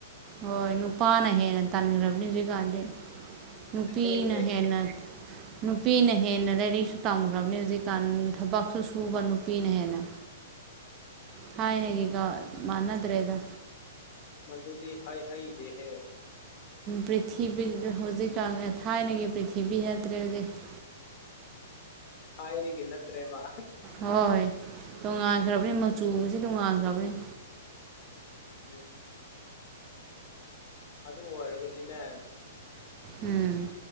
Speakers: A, on the right (about 30°); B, on the left (about 40°).
A: ꯍꯣꯏ ꯅꯨꯄꯥꯅ ꯍꯦꯟꯅ ꯇꯥꯅꯤꯡꯈ꯭ꯔꯕꯅꯤ ꯍꯧꯖꯤꯛꯀꯥꯟꯗꯤ ꯅꯨꯄꯤꯅ
B: ꯍꯦ ꯍꯦ
A: ꯍꯦꯟꯅ ꯅꯨꯄꯤꯅ ꯍꯦꯟꯅ ꯂꯥꯏꯔꯤꯛꯁꯨ ꯇꯝꯈ꯭ꯔꯕꯅꯤ ꯍꯧꯖꯤꯛꯀꯥꯟ ꯊꯕꯛꯁꯨ ꯁꯨꯕ ꯅꯨꯄꯤꯅ ꯍꯦꯟꯅ ꯊꯥꯏꯅꯒꯤꯒ ꯃꯥꯟꯅꯗ꯭ꯔꯦꯗ
B: ꯃꯗꯨꯗꯤ ꯍꯩ ꯍꯩꯗꯦ ꯍꯦ
A: ꯄ꯭ꯔꯤꯊꯤꯕꯤꯗ ꯍꯧꯖꯤꯛꯀꯥꯟ ꯊꯥꯏꯅꯒꯤ ꯄ꯭ꯔꯤꯊꯤꯕꯤ ꯅꯠꯇ꯭ꯔꯦ ꯍꯧꯖꯤꯛ
B: ꯍꯔꯤꯒ ꯅꯠꯇ꯭ꯔꯦꯕ
A: ꯍꯣꯏ ꯇꯣꯉꯥꯟꯈ꯭ꯔꯕꯅꯤ ꯃꯆꯨꯕꯁꯤ ꯇꯣꯡꯉꯥꯟꯈ꯭ꯔꯕꯅꯤ
B: ꯎꯝ ꯑꯗꯨ ꯑꯣꯏꯔꯒꯗꯤꯅꯦ
A: ꯎꯝ